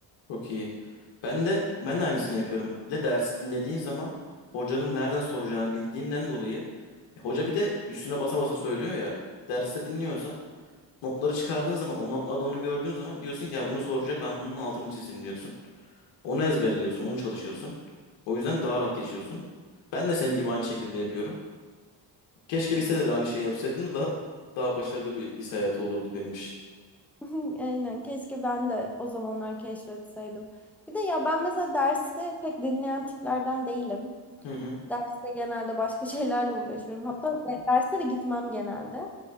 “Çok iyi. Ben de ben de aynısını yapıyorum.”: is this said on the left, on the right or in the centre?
Left